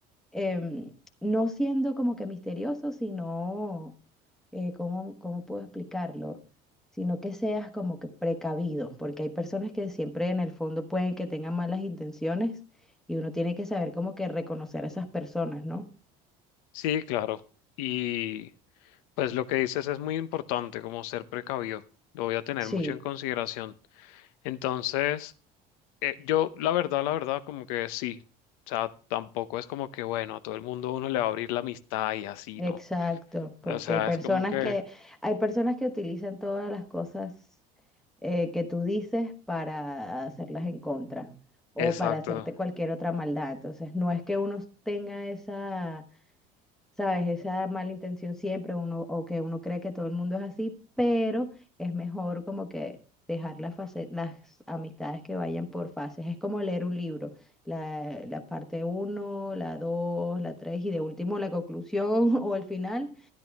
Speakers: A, in the centre; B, on the left.
A: em, no siendo como que misterioso, sino, eh, ¿cómo, cómo puedo explicarlo? Sino que seas como que precavido, porque hay personas que siempre en el fondo pueden que tengan malas intenciones y uno tiene que saber como que reconocer a esas personas, ¿no?
B: Sí, claro. Y Pues lo que dices es muy importante, como ser precavido. Lo voy a tener
A: Sí.
B: mucho en consideración. Entonces, eh, yo, la verdad, la verdad, como que sí. O sea, tampoco es como que, bueno, a todo el mundo uno le va a abrir la amistad y así,
A: Exacto,
B: ¿no?
A: porque
B: O sea,
A: hay personas
B: es como que,
A: que, hay personas que utilizan todas las cosas eh, que tú dices para hacerlas en contra o
B: exacto.
A: para hacerte cualquier otra maldad. Entonces, no es que uno tenga esa ¿sabes? Esa mala intención siempre, uno, o que uno cree que todo el mundo es así, pero es mejor como que dejar las fase- las amistades que vayan por fases. Es como leer un libro, la, la parte uno, la 2, la 3 y de último la conclusión <laughs> o el final,